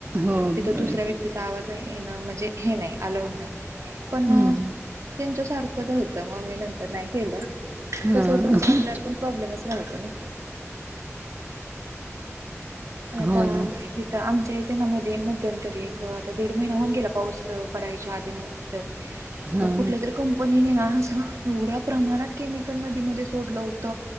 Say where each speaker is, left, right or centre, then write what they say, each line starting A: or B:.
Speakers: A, on the right (about 35°); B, on the right (about 70°).
A: हो
B: तिथं
A: बरोबर
B: दुसऱ्या व्यक्ती तिचा आवाज येणं म्हणजे हे नाही अलाऊड नाही पण
A: हं,
B: त्यांच्या सारखंच होतं मग मी नंतर नाही केलं....
A: हां
B: कसं होतं म्हणजे आपल्याला पण प्रॉब्लेमच राहतो ना... आता
A: हो ना
B: आमच्या इथे ना मध्ये मध्यंतरी एक आता दीड महिना होऊन गेला पाऊस पढायच्या आधी म तर
A: हां
B: ग कुठल्या तरी कंपनीने ना असं एवढ्या प्रमाणात केलीत नदीमध्ये सोडलं होत